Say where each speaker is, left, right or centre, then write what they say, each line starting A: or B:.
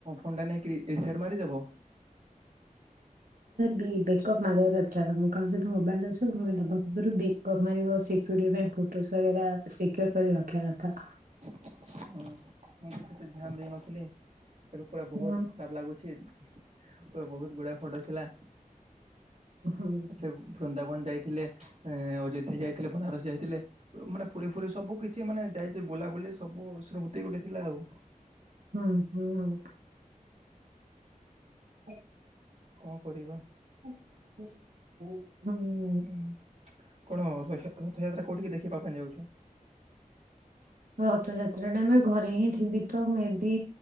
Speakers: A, on the right; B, on the right.
A: ଫୋନ ଟା ନେଇକି ରିସେଟ ମାରିଦେବ।
B: ବି ବେକଅ୍ ମାରିବା ଦରକାର ମୁଁ ତାଙ୍କୁ ସହିଚ ମୋବାଇଲ ଅଛି ଦେବା ପୂର୍ବ ବେକପ ମାରିବ ସିକ୍ୟୁରିଟି ରେ <unintelligible> ଚିକ୍ୱର କରିବା ରଖିବା କଥା।
A: <inaudible> ହଁ ମୁଁ ବି ସେତ ଧ୍ୟାନ ଦେଇନଥିଲି ଏବେ ପୁରା ବହୁତ
B: ହୁଁ
A: ଖରାପ ଲାଗୁଛି। ପୁରା ବହୁତ ଗୁଡା ଫଟୋ ଥିଲା।
B: ହୁଁ
A: ସେ ବୃନ୍ଦାବନ ଯାଇଥିଲେ ଆ ଅଯୋଧ୍ୟା ଯାଇଥିଲେ ବନାରସ ଯାଇଥିଲେ। ମାନେ ପୁରି ଫୁରି ସବୁ କିଛି ମାନେ ଯାଇ ବୁଲାବୁଲି ସବୁ ସ୍ମୃତି ଗୋଟେ ଥିଲା ଆଉ।
B: ହୁଁ ହୁଁ। <inaudible>
A: କଣ କରିବା।
B: ହୁଁ।
A: ହୁଁ କଣ ରଥଯାତ୍ରା କୋଉଠିକି ଦେଖିବା ପାଇଁ ଯାଉଛ।
B: ରଥଯାତ୍ରା ଟା ଆମେ ଘରେ ହିଁ ଥିବି ତ ମେ ବି